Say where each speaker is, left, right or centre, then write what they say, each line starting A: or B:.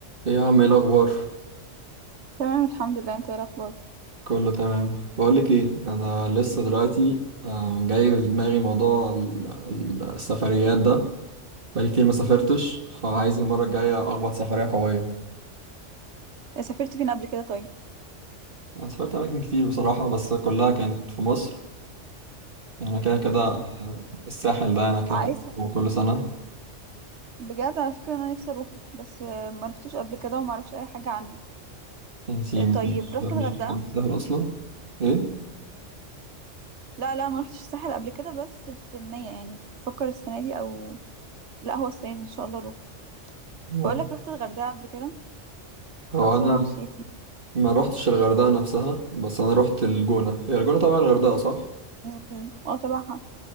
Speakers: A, on the right; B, on the right.
A: ايه يا عم ايه الاخبار
B: تمام الحمد لله انت ايه الاخبار
A: كله تمام بقولك ايه انا لسه دلوقتي آه، جاي في دماغي موضوع ال- ال- السفريات ده بقالي كتير ما سافرتش فعايز المره الجايه اخبط سفريه قويه
B: إيه، سافرت فين قبل كده طيب
A: انا سافرت اماكن كتير بصراحه بس كلها كانت في مصر انا كده كده
B: امم
A: آه، الساحل ده انا كده
B: عايزه
A: كده هو كل سنه
B: بجد على فكره انا نفسي اروح بس آه، ما رحتوش قبل كده وما اعرفش اي حاجه عنه
A: انتي
B: آه،
A: مش
B: طيب رحت
A: مش
B: الغردقه
A: بتحبي الساحل اصلا ايه
B: لا لا ما رحتش الساحل قبل كده بس في النيه يعني بفكر السنه دي او لا هو السنه دي ان شاء الله اروح
A: هو
B: بقول لك رحت الغردقه قبل كده
A: هو
B: او
A: انا
B: شرم الشيخ
A: ما روحتش الغردقه نفسها بس انا روحت الجونه هي الجونه طبعا الغردقه صح
B: امم اه تبعها